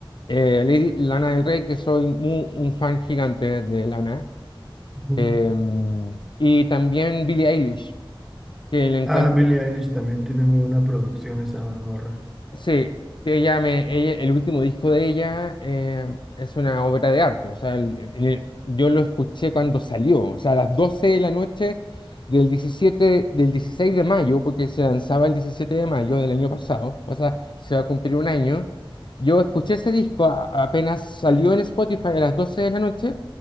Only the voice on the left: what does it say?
eh, Lady Lana del Rey, que soy mu- un fan gigante de Lana,
em, y también Billie Eilish, que le encuentro
Sí, te llame, ella- el último disco de ella eh, es una obra de arte, o sea, el- el- yo lo escuché cuando salió, o sea, a las 12 de la noche del 17, del 16 de mayo, porque se lanzaba el 17 de mayo del año pasado, o sea, se va a cumplir un año, yo escuché ese disco a- apenas salió en Spotify a las 12 de la noche